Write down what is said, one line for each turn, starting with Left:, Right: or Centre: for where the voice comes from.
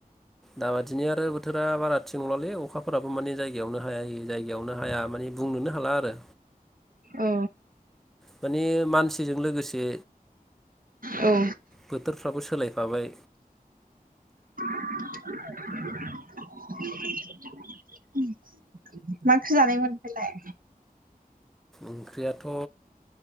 Centre: दा बादिनिया आरो बोथोरा बारा थिग नंलालै अखाफोराबो माने जायगायावनो हायो जायगायावनो हाया माने बुंनोनो हाला आरो।
Right: औ
Centre: माने मानसिजों लोगोसे
Right: औ।
Centre: बोथोरफ्राबो सोलायफाबाय।
Right: <unintelligible> <unintelligible> मा ओंख्रि जानायमोन नोंस्रालाय?
Centre: ओंख्रियाथ'